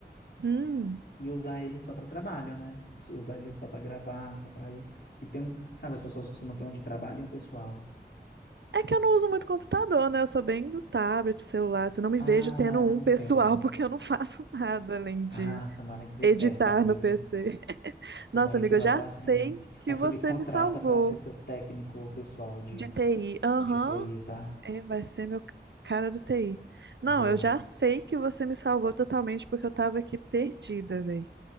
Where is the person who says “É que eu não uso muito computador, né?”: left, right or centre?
Right